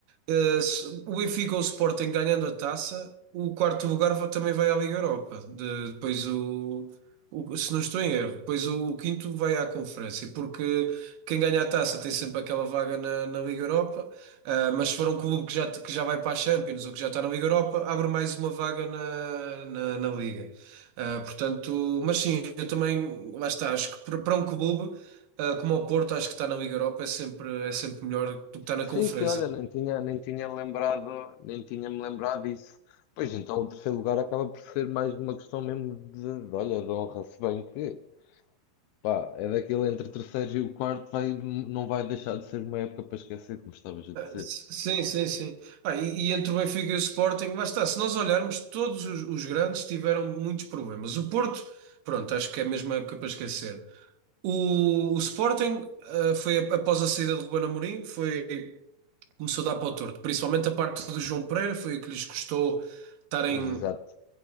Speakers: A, on the right; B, on the left.
A: Uh, se- o Benfica ou o Sporting ganhando a taça, o quarto lugar va- também vai à Liga Europa. De- depois o, o- se não estou em erro, pois o, o quinto vai à conferência, porque quem ganha a taça tem sempre aquela vaga na, na Liga Europa, ah, mas se for um clube que já, que já vai para a Champions ou que já está na Liga Europa, abre mais uma vaga na, na, na Liga. Ah, portanto, mas sim, eu também, lá está, acho que para para um clube, ah, como o Porto, acho que está na Liga Europa, é sempre, é sempre melhor do que estar na
B: Sim,
A: conferência.
B: sim, olha, nem tinha, nem tinha lembrado, nem tinha-me lembrado disso. Pois então, o terceiro lugar acaba por ser mais uma questão mesmo de, de olha, de honra, se bem que Pá, é daquele entre o terceiro e o quarto, vai, não vai deixar de ser uma época para esquecer, como estavas a dizer.
A: Sim, sim, sim. Ah, e, e entre o Benfica e o Sporting, basta, se nós olharmos, todos os, os grandes tiveram muitos problemas. O Porto, pronto, acho que é a mesma época para esquecer. O, o Sporting, ah, foi ap- após a saída de Ruben Amorim, foi, começou a dar para o torto. Principalmente a parte do João Pereira, foi o que lhes custou estarem
B: Pois, exato.